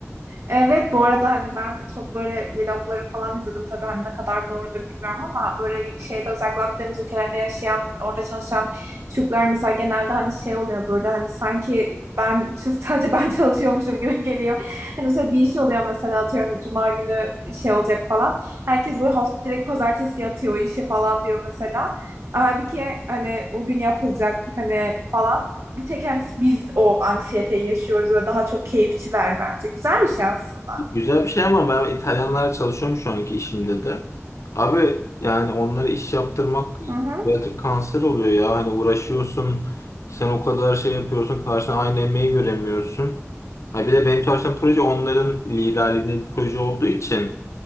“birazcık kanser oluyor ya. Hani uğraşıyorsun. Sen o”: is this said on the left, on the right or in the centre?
Left